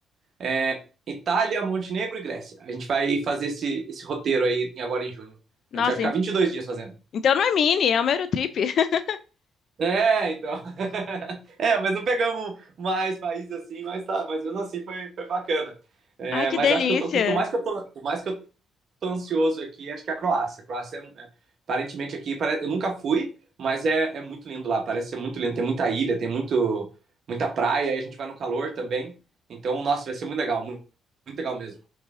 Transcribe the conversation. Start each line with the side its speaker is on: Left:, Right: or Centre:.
Right: é, Itália, Montenegro e Grécia. A gente vai fazer esse, esse roteiro aí em- agora em junho.
Left: Nossa,
Right: A gente vai ficar
Left: en-
Right: 22 dias fazendo.
Left: então não é mini, é uma Eurotrip. <laughs>
Right: É, então. <laughs> É, mas não pegamos mais países assim, mas tá, mas mesmo assim foi, foi bacana. É,
Left: Ai, que
Right: mas
Left: delícia.
Right: acho que eu tô, quanto mais que eu tô, quanto mais que eu tô ansioso aqui, acho que é a Croácia. A Croácia, é, é, aparentemente, aqui, pare- eu nunca fui, mas é, é muito lindo lá, parece ser muito lindo. Tem muita ilha, tem muito, muita praia, aí a gente vai no calor também. Então, nossa, vai ser muito legal, muito, muito legal mesmo.